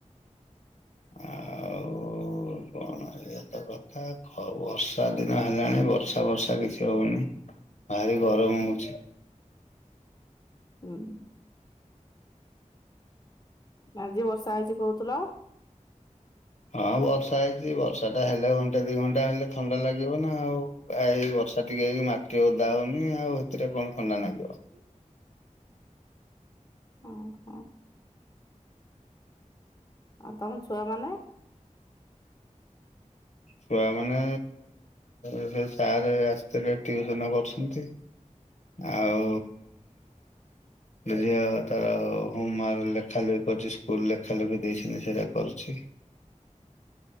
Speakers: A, on the left; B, on the left.
A: <inaudible>
B: ଆଉ କଣ ଇଏ ତ କଥା, ବର୍ଷା ଦିନ ହେଲାଣି ବର୍ଷା ବର୍ଷା କିଛି ହଉନି। ଭାରି ଗରମ ହଉଛି।
A: ହୁଁ। ଆଜି ବର୍ଷା ହେଇଛି କହୁଥିଲ?
B: ହଁ ବର୍ଷା ହେଇଛି ବର୍ଷାଟା ହେଲେ ଘଣ୍ଟା ଦି ଘଣ୍ଟା ହେଲେ ଥଣ୍ଡା ଲାଗିବ ନା ଆଉ। ଆ ଏଇ ବର୍ଷା ଟିକେ ହେଇ ମାଟି ଓଦା ହଉନି ଆଉ ସେଥିରେ କଣ ଥଣ୍ଡା ଲାଗିବ?
A: ହଁ ହଁ। ଆଉ ତମ ଛୁଆମାନେ?
B: ଛୁଆମାନେ ଏବେ ସାର୍ ଆସିଥିଲେ ଟିଉସନ୍ କରୁଛନ୍ତି। ଆଉ ଝିଅ ତାର ହୋମୱର୍କ ଲେଖା ଲେଖି କରୁଛି, ସ୍କୁଲରେ ଲେଖା ଲେଖି ଦେଇଛନ୍ତି ସେଇଟା କରୁଛି।